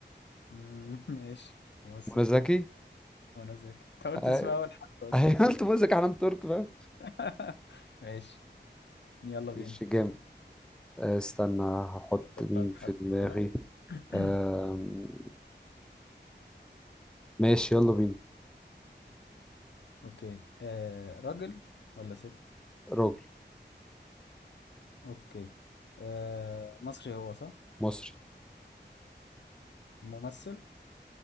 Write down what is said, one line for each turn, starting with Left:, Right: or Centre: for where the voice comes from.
Left: مم، <laughs> ماشي ممثل
Centre: منى زكي
Left: كوميدي وانا ذكي انت قلت
Centre: آه
Left: اسمها اول حد
Centre: <laughs>
Left: اصلا
Centre: أيوة، قلت منى زكي حنان ترك بقى
Left: <laughs> ماشي يلا بينا
Centre: ماشي جامد آه، استنى هحط
Left: فكر
Centre: مين
Left: بقى في
Centre: في
Left: حد
Centre: دماغي
Left: كده <clears throat>
Centre: آم، ماشي يلا بينا
Left: اوكي آه راجل ولا ست
Centre: راجل
Left: اوكي آه مصري هو صح
Centre: مصري
Left: ممثل